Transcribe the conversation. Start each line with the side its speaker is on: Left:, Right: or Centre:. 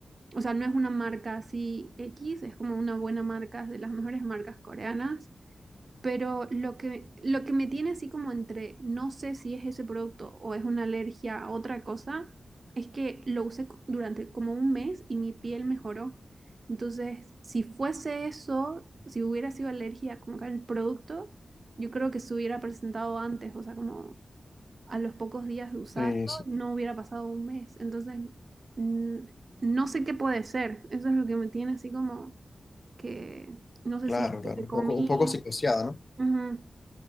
Right: o sea, no es una marca así X, es como una buena marca, es de las mejores marcas coreanas. Pero lo que, lo que me tiene así como entre no sé si es ese producto o es una alergia a otra cosa, es que lo usé co- durante como un mes y mi piel mejoró. Entonces, si fuese eso, si hubiera sido alergia como que al producto, yo creo que se hubiera presentado antes, o sea, como a los pocos días de usarlo,
Left: Sí, sí,
Right: no hubiera pasado un mes. Entonces, mm, no sé qué puede ser. Eso es lo que me tiene así como que no sé
Left: claro,
Right: si es
Left: claro,
Right: que
Left: un
Right: comí.
Left: poco, un poco psicoseada, ¿no?
Right: Ujú.